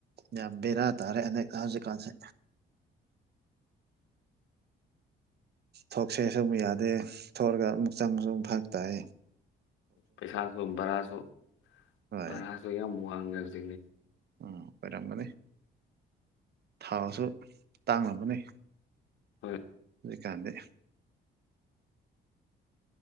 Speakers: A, on the right; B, on the left.
A: ꯌꯥꯝ ꯕꯦꯔꯥ ꯇꯥꯔꯦ ꯑ ꯍꯧꯖꯤꯛꯀꯥꯟꯁꯦ ꯊꯣꯛꯁꯦ ꯁꯨꯝ ꯌꯥꯗꯦ ꯊꯣꯛꯂꯒ ꯑꯃꯨꯛ ꯆꯪꯁꯨ ꯑꯃ ꯐꯛ ꯇꯥꯛ
B: ꯄꯩꯁꯥꯁꯨ ꯚꯔꯥꯁꯨ
A: ꯍꯣꯏ
B: ꯚꯔꯥꯁꯨ ꯌꯥꯝ ꯋꯥꯡꯉꯦ ꯍꯧꯖꯤꯛꯅꯦ
A: ꯎꯝ ꯑꯣꯏꯔꯝꯒꯅꯤ ꯊꯥꯁꯨ ꯇꯥꯡꯂꯝꯝꯒꯅꯤ
B: ꯍꯣꯏ
A: ꯀꯥꯟꯗꯦ